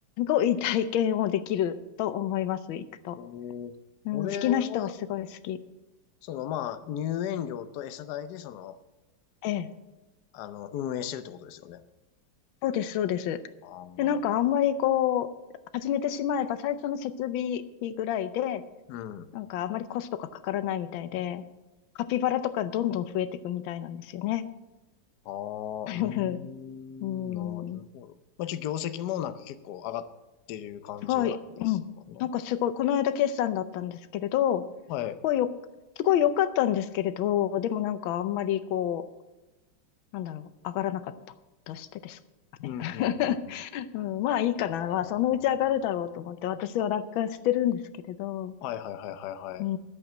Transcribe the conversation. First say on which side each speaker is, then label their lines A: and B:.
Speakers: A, on the left; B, on the left.
A: ごい体験をできると思います、行くと。
B: えー、
A: うん、
B: これは、
A: 好きな人はすごい好き。
B: その、まあ、入園料と餌代で、その、
A: ええ、
B: あの、運営してるってことですよね。
A: そうです、そうです。
B: あーな、
A: で、なんかあんまりこう、始めてしまえば最初の設備費ぐらいで、
B: うん。
A: なんかあんまりコストがかからないみたいで、カピバラとかどんどん増えていくみたいなんですよね。
B: ああ、
A: <laughs>
B: うーん、
A: うん、
B: なるほど。まあ、一応業績もなんか結構上がってる感じなんですかね。
A: すごい、うん。なんかすごい、この間決算だったんですけれど、
B: はい。
A: ごいよ、すごい良かったんですけれど、でもなんかあんまりこう、なんだろう、上がらなかったとしてですかね。
B: うん、
A: <laughs>
B: うん、うん、うん。
A: うん、まあいいかな。
B: ああ、はい、
A: まあそのうち上がるだろうと思って私は楽観してるんですけれど、
B: はい、はい、はい、はい。
A: う